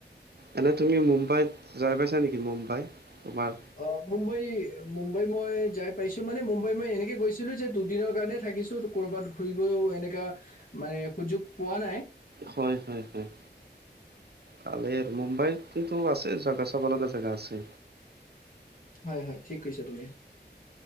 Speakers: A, on the right (about 65°); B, on the left (about 50°).
A: এনে তুমি মুম্বাইত যাই পাইছা নেকি মুম্বাই তোমাৰ
B: অ', মুম্বাই মুম্বাই মই যাই পাইছো মানে মুম্বাই মই এনেকে গৈছিলো যে দুদিনৰ কাৰণে থাকিছো ক'বাত ঘুৰিব এনেকা মানে সুযোগ পোৱা নাই
A: হয়, হয়, হয় পালেই আৰু মুম্বাইত কিন্তু আছে জেগা চাব লগা জেগা আছে
B: হয়, হয় ঠিক কৈছা, তুমি